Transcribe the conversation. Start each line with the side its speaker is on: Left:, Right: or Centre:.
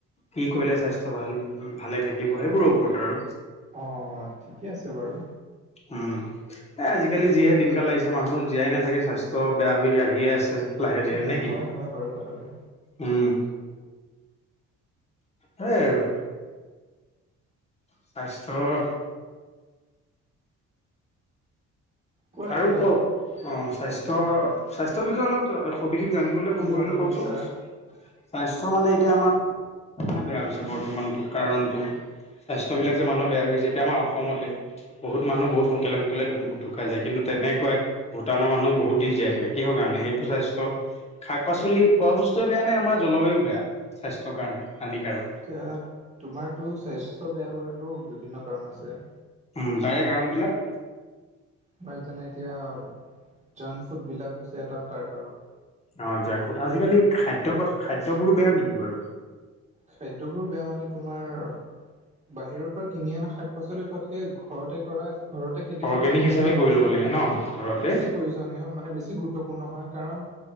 Left: কি কৰিলে স্বাস্থ্য ভাল ভালে থাক দিব সেইবোৰৰ ওপৰত আৰু
Right: অ ঠিকে আছে বাৰু
Left: উম। এ আজিকালি যিহে দিনকাল লাগিছে মানুহৰ জীয়াই নাথাকে স্বাস্থ্য বেয়া হৈ আহিয়ে আছে। লাহে ধীৰে
Right: উম,
Left: নে কি?
Right: হয়, হয়, বাৰু কথাটো।
Left: উম, সেইয়াই আৰু। স্বাস্থ্যৰ
Right: কোৱা
Left: আৰু
Right: এতিয়া
Left: কওঁক। অ', স্বাস্থ্য স্বাস্থ্যৰ বিষয়ে অলপ সবিশেষ জানিবলৈ
Right: কি
Left: ফোন কৰিলোঁ
Right: জানিব
Left: কওঁকচোন।
Right: বিচাৰা
Left: স্বাস্থ্য মানে এতিয়া আমাৰ বেয়া হৈছে বৰ্তমানটো কাৰণটো। স্বাস্থ্যবিলাক যে, মানুহ বেয়া হৈ গৈছে এতিয়া আমাৰ অসমতে বহুত মানুহ বহুত সোনকালে সোনকালে <unintelligible> ঢুকাই যায় কিন্তু তেনেকুৱাই ভূটানৰ মানুহো বহুত দিন জীয়াই থাকে কিহৰ কাৰণে? সেইবোৰ স্বাস্থ্যৰ শাক পাচলি খোৱা বস্তুৱে বেয়ানে? আমাৰ জলবায়ু বেয়া স্বাস্থ্যৰ কাৰণে হানিকাৰক?
Right: এতিয়া তোমাৰতো স্বাস্থ্য বেয়া হোৱায়ো বিভিন্ন কাৰণ আছে।
Left: উম, তাৰে কাৰণবিলাক?
Right: তোমাৰ যেনে এতিয়া জাংক ফুডবিলাক হৈছে এটা তাৰ কাৰণ।
Left: অ', জাংফুত আজিকালি খাদ্য পা-খাদ্যবোৰো বেয়া নিকি বাৰু?
Right: খাদ্যবোৰ বেয়া মানে তোমাৰ বাহিৰৰ পৰা কিনি অনা শাক পাচলি খোৱাত কে, ঘৰতে কৰা ঘৰতে খেতি
Left: অৰ্গেনিক
Right: কৰা শাক পাচলি
Left: হিচাপে
Right: খোৱাটো
Left: কৰি ল'ব
Right: বেছি
Left: লাগে ন ঘৰতে
Right: প্ৰয়োজনীয় মানে বেছি গুৰু গুৰুত্বপূৰ্ণ হয়, কাৰণ